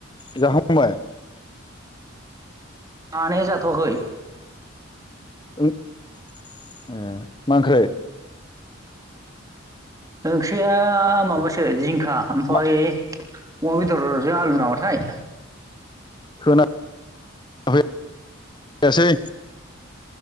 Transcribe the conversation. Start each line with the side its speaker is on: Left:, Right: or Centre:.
Left: जाखांबाय?
Right: जानाया जाथवाखै।
Left: ए मा ओंख्रै
Right: ओंख्रिया माबासो जिं खा ओमफाय
Left: मा
Right: अमा बेदरजों आलु नामाथाय
Left: खोना फै यासै